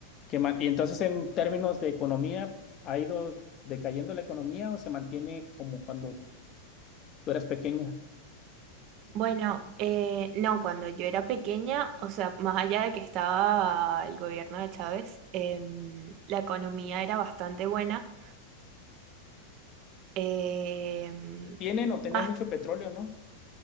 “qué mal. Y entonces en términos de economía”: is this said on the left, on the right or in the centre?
Left